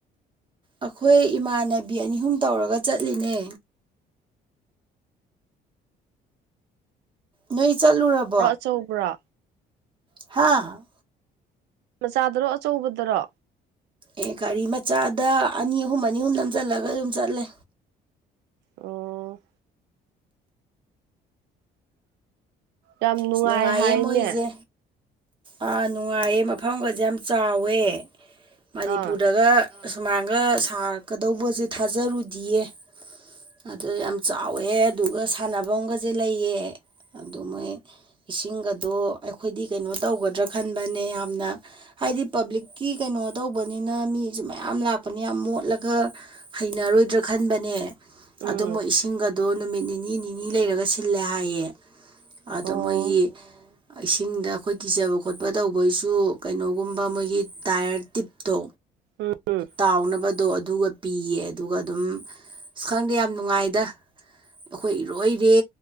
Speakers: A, on the right; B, on the right.
A: ꯑꯩꯈꯣꯏ ꯏꯃꯥꯟꯅꯕꯤ ꯑꯅꯤ ꯑꯍꯨꯝ ꯇꯧꯔꯒ ꯆꯠꯂꯤꯅꯦ ꯅꯣꯏ ꯆꯠꯂꯨꯔꯕ
B: ꯑꯣ ꯑꯆꯧꯕ꯭ꯔꯥ
A: ꯍꯥꯥ
B: ꯃꯆꯥꯗꯔꯣ ꯑꯆꯧꯕꯗꯔꯣ
A: ꯑꯦ ꯒꯥꯔꯤ ꯃꯆꯥꯗ ꯑꯅꯤ ꯑꯍꯨꯝ ꯑꯅꯤ ꯑꯍꯨꯝ ꯅꯝꯖꯜꯂꯒ ꯑꯗꯨꯝ ꯆꯠꯂꯦ
B: ꯑꯣ ꯌꯥꯝ ꯅꯨꯡꯉꯥꯏ
A: ꯑ ꯅꯨꯡꯉꯥꯏꯌꯦ
B: ꯍꯥꯏꯅꯦ
A: ꯃꯣꯏꯁꯦ ꯑꯥ ꯅꯨꯡꯉꯥꯏꯌꯦ ꯃꯐꯝꯒꯁꯦ ꯌꯥꯝ ꯆꯥꯎꯋꯦ ꯃꯅꯤꯄꯨꯔꯗꯒ
B: ꯑꯥ
A: ꯑꯁꯨꯃꯥꯏꯅꯒ ꯁꯥꯔꯛꯀꯗꯧꯕꯁꯦ ꯊꯥꯖꯔꯨꯗꯤꯌꯦ ꯑꯗꯨ ꯌꯥꯝ ꯆꯥꯎꯋꯦ ꯑꯗꯨꯒ ꯁꯥꯟꯐꯝꯒꯁꯦ ꯂꯩꯌꯦ ꯑꯗꯨ ꯃꯣꯏ ꯏꯁꯤꯡꯒꯗꯣ ꯑꯩꯈꯣꯏꯗꯤ ꯀꯩꯅꯣ ꯇꯧꯒꯗ꯭ꯔꯥ ꯈꯟꯕꯅꯦ ꯌꯥꯝꯅ ꯍꯥꯏꯗꯤ ꯄꯕ꯭ꯂꯤꯛꯀꯤ ꯀꯩꯅꯣ ꯇꯧꯕꯅꯤꯅ ꯃꯤꯁꯨ ꯃꯌꯥꯝ ꯂꯥꯛꯄꯅꯤ ꯌꯥꯝ ꯃꯣꯠꯂꯒ ꯍꯩꯅꯔꯣꯏꯗ꯭ꯔꯥ ꯈꯟꯕꯅꯦ
B: ꯎꯝ
A: ꯑꯗꯨ ꯃꯣꯏ ꯏꯁꯤꯡꯒꯗꯣ ꯅꯨꯃꯤꯠ ꯅꯤꯅꯤ ꯅꯤꯅꯤ ꯂꯩꯔꯒ ꯁꯤꯜꯂꯦ ꯍꯥꯏꯌꯦ
B: ꯑꯣ
A: ꯑꯗꯣ ꯃꯣꯏꯒꯤ ꯏꯁꯤꯡꯗ ꯑꯩꯈꯣꯏ ꯀꯤꯖꯕ ꯈꯣꯠꯄ ꯇꯧꯕꯩꯁꯨ ꯀꯩꯅꯣꯒꯨꯝꯕ ꯃꯣꯏꯒꯤ ꯇꯥꯏꯌꯔ ꯇꯤꯞꯇꯣ
B: ꯎꯝ ꯎꯝ
A: ꯇꯥꯎꯅꯕꯗꯣ ꯑꯗꯨꯒ ꯄꯤꯌꯦ ꯑꯗꯨꯒ ꯑꯗꯨꯝ ꯑꯁ ꯈꯪꯗꯦ ꯌꯥꯝ ꯅꯨꯡꯉꯥꯏꯗ ꯑꯩꯈꯣꯏ ꯏꯔꯣꯏꯔꯦ